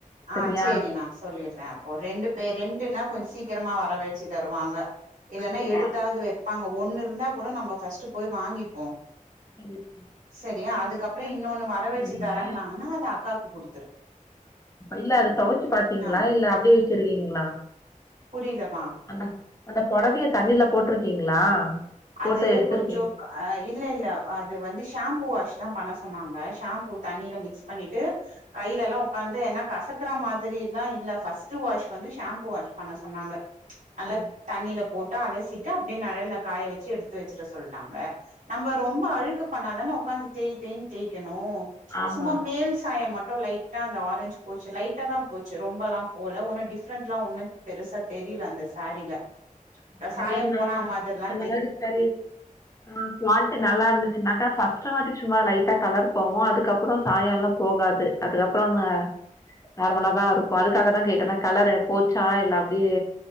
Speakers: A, on the right; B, on the left.
A: ஆ
B: சரியா
A: சேரி நா சொல்லிறே அப்போ ரெண்டு பேர் ரெண்டுன்னா கொஞ் சீக்கிரமா வரவழச்சு தருவாங்க இல்லன்னா
B: அப்டியா
A: எடுத்தாவது வப்பாங்க ஒன்னு இருந்தாக் கூட நம்ம ஃபஸ்ட்டு போய் வாங்கிப்போ
B: சரி
A: செரியா
B: அது
A: அதுக்கப்புற
B: தண்ணில
A: இன்னோன்னு
B: போட்டீங்களா
A: வரவழச்சி
B: நீங்க
A: தரேன்னாங்கன்னா அது அக்காக்கு குடுத்துரு
B: இல்ல அத தொவச்சு பாத்தீங்களா
A: ஆ
B: இல்ல அப்பிடியே வச்சிருக்கீங்களா
A: புரியலம்மா
B: அந்த அந்த பொடவைய தண்ணில போட்ருக்கீங்களா போட்டு
A: அது
B: எடுத்துருக்கீங்
A: கொஞ்சொம் க ஆ இல்லல்ல அது வந்து ஷாம்பூ வாஷ் தான் பண்ண சொன்னாங்க ஷாம்பூ தண்ணியில மிக்ஸ் பண்ணிட்டு கையில எல்லா உக்காந்து ஏன்னா கசக்குற மாதிரி எல்லா இல்ல என்ன ஃபஸ்ட்டு வாஷ் வந்து ஷாம்பு வாஷ் பண்ண சொன்னாங்க நல்லா
B: ம்
A: தண்ணியில போட்டு அலசிட்டு அப்டியே நெழல்ல காய வச்சு எடுத்து வச்சிட சொல்லிட்டாங்க நம்ம ரொம்ப அழுக்கு பண்ணாதான ஒக்காந்து தேய் தேய்னு தேய்கணு
B: ஆமா
A: சும்மா மேல் சாயோ மட்டு லைட் தா அந்த ஆரஞ்சு போச்சு லைட்டா தா போச்சு ரொம்பல்லா போல ஒன்னு டிஃப்ரெண்ட்லா ஒன்னு பெருசா தெரில அந்த சாரீல அந்த
B: சரியான
A: சாயம் போனா மாதிரில்லா
B: இந்த மாரி சரி ஆ குவாலிட்டி நல்லா இருந்துச்சுனாக்கா ஃபஸ்ட்டு வாட்டி சும்மா லைட்டா கலர் போவோ அதுக்கப்பறோ சாயோல்லா போகாது அதுக்கப்றோங்க நார்மலா தா இருக்கோ அதுக்காக தா கேட்டோ கலரு போச்சா இல்லா அப்புடியே